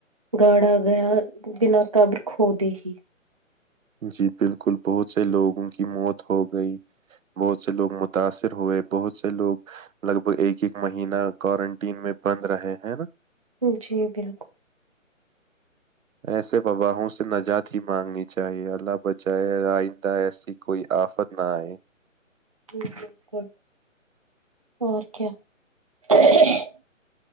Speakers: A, on the right; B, on the right.
A: گاڑا گیا بنا قبر کو دے ہی
B: جی بالکل بہت سے لوگوں کی موت ہو گئی بہت سے لوگ متاثر ہوئے بہت سے لوگ لگ بھگ ایک ایک مہین کوارنٹین میں بند رہے ہیں نا
A: جی بالکل
B: ایسے وباہوں سے نجات ہی مانگنی چاہیے اللہ بچائے آئندہ ای س کوئی آفت نہ آئے
A: بالکل اور کیا <unintelligible>